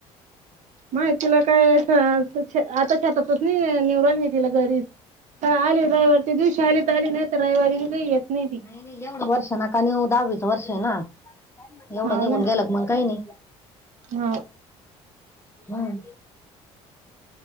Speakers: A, on the right; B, on the left.
A: नाय तिला काय अस आता शेतातच नाही निहुन राहीली मी तिला घरीच त्या आली रविवार च्या दिवशी आली त आली नाय त रयवारीही येत नाय.
B: नाय नाय एवढ वर्ष नका नेऊ दहावीच वर्षे आहे ना. एवढं
A: हाव
B: निघून
A: ना
B: गेला मंग काही नाही
A: हा
B: हं